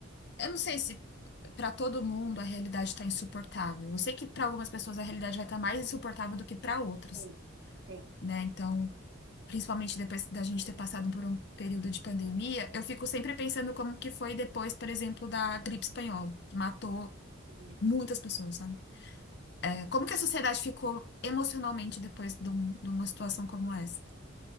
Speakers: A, on the left (about 55°); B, on the right (about 60°).
A: Eu não sei se para todo mundo a realidade está insuportável. Eu sei que para algumas pessoas a realidade vai estar mais insuportável do que para outras,
B: Sim. Sim.
A: né? Então, principalmente depois da gente ter passado por um período de pandemia, eu fico sempre pensando como que foi depois, por exemplo, da gripe espanhola, que matou
B: Hum.
A: muitas pessoas, sabe? É, Como que a sociedade ficou emocionalmente depois de um- de uma situação como essa?